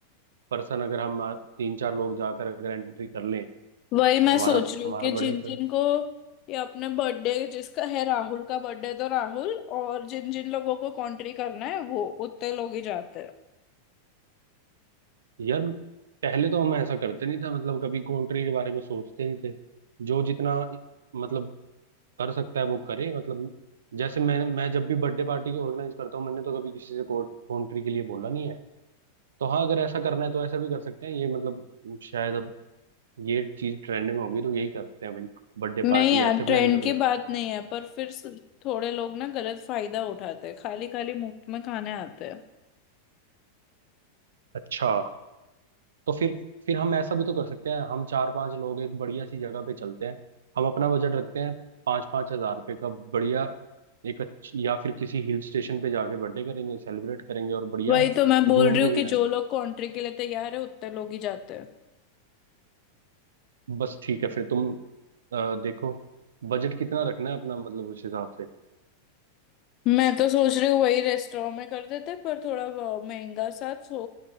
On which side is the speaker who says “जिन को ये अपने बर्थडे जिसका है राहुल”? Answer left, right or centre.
Left